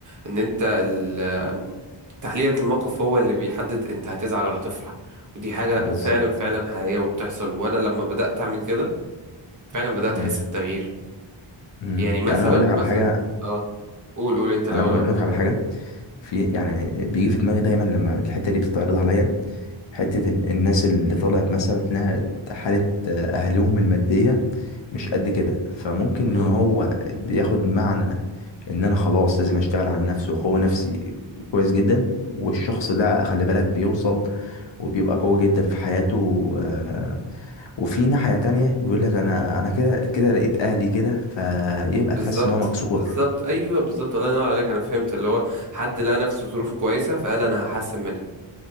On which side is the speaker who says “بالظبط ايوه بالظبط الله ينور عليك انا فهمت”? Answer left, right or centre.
Right